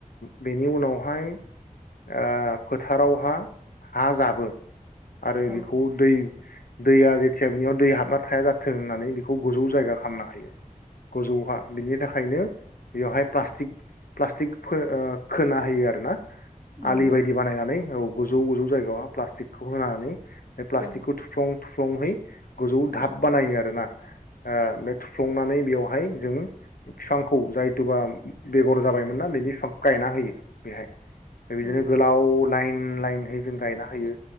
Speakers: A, on the left; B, on the right.
A: बेनि उनावहाय ओ। फोथारावहा हा जाबो आरो बेखौ
B: औ
A: दै दैया जेथिया बिनियाव दै हाब नाथाया जाथों होननानै बेखौ गोजौ जायगा खालामना हायो गोजौ हा बिनि थाखायनो बेवहाय प्लास्टिक प्लास्टिक खो ओ खोना होयो आर ना।
B: नंगौ
A: आलि बायदि बानायनानै औ गोजौ गोजौ जायगायाव प्लास्टिकखौ होनानै बे प्लास्टिकखौ
B: औ
A: थुफ्लं थुफ्लंहै गोजौ धाब
B: औ
A: बानायो आरोना आ बे थुफ्लंनानै बेवहाय जों फिफांखौ जाय एथुबा बेगर जाबायमोनना बिनि बिफांखौ गायना होयो बेहाय। बे बिदिनो
B: नंगौ
A: गोलाव लाइन लाइन जों गायना होयो